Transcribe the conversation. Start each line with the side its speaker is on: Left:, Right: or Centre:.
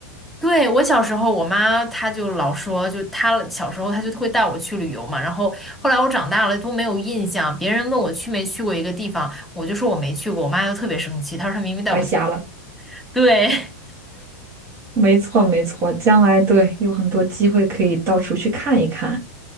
Centre: 对，我小时候，我妈她就老说，就她小时候她就会带我去旅游嘛，然后后来我长大了都没有印象，别人问我去没去过一个地方，我就说我没去过，我妈就特别生气，她说她明明带我去。
Right: 白瞎了。
Centre: 对，
Right: 没错，没错，将来对有很多机会可以到处去看一看。